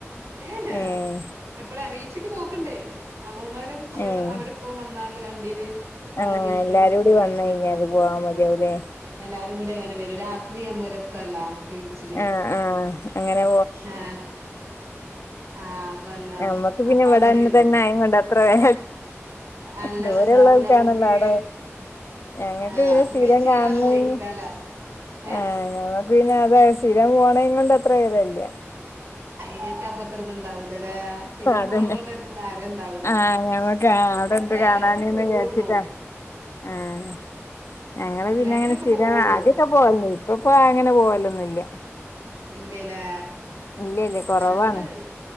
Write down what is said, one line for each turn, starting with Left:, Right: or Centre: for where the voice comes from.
Right: ഏ ഹെ
Left: ഏഹ്
Right: എപ്പടാ വീച്ക്ക് പോക്ണ്ട് അമ്മോമാരെ കുട്ട്യാള്
Left: ഏഹ്
Right: അവരിപ്പോ വന്നാല് വണ്ടിയില് താള
Left: ആഹ്
Right: ബീച്ചിക്
Left: എല്ലാരും
Right: കോഴിക്കോട്
Left: കൂടി
Right: ബീച്ചിലൊക്കെ
Left: വന്ന് കഴിഞ്ഞാല്
Right: കണ്ടിരുന്നു
Left: പോവാൻ മതിയാവുല്ലേ
Right: പോയിരുന്നു എല്ലാവാരും കൂടി അങ്ങനെ വരും രാ ത്രി അമ്മഹ് രസല്ല നമ്മുക്ക് വീച്ചില്
Left: ആഹ് ആഹ് അങ്ങനെ
Right: ആഹ് ആഹ് വല്ല
Left: നമ്മക്ക് പിന്നെ
Right: അപ്പൊ
Left: ഇവിടന്ന്
Right: അങ്ങനെ വരും
Left: തന്നെ ആയ കൊണ്ട് അത്ര വേ
Right: അല്ലത്ണ്ടാവൂല
Left: ദൂരെ ള്ളോൽക്കണല്ലോ
Right: ഇങ്ങക്ക്
Left: അവിടെ ഞങ്ങക്ക്
Right: ആഹ്
Left: പിന്നെ
Right: ഭക്ഷണം
Left: സ്ഥീരം
Right: കഴിച്ച്ങ്ങാണ്ടണ്ട്
Left: കാണുന്നയ്ന്
Right: പോയിരിക്കാലോ ഏഹ്
Left: ആഹ് ഞമ്മക്ക് പിന്നെ അതാ സ്ഥിരം പോണയും കൊണ്ട് അത്ര വെലല്ല
Right: അയിനൊക്കെ അപ്പത്ര ഇത് ഉണ്ടാവു ല്ലല്ലേ സ്ഥിരം
Left: അതന്നെ
Right: പോണത് കൊണ്ട് ഒരു തരം ഇണ്ടാവൂല
Left: ആഹ് ഞമ്മക്ക്
Right: അങ്ങനെ
Left: അവിടെ
Right: എപ്പളെങ്കിലൊക്കെ
Left: എന്ത് കാണാന്ന്ന്
Right: പോവുള്ളൂ.
Left: വിചാരിച്ചിട്ടാ
Right: <unintelligible>
Left: ആഹ് ഞങ്ങള്
Right: അപ്ളേങ്കിലൊക്കെ
Left: പിന്നെ അങ്ങനെ സ്ഥിര
Right: പോവുള്ളൂ
Left: അതിപ്പോ പോവല് ഇപ്പപ്പോ അങ്ങനെ പോവലൊന്നുല്ല.
Right: ഇല്ല്യലേ
Left: ഇല്ല ഇല്ല കൊറവാണ്
Right: ഞങ്ങടെ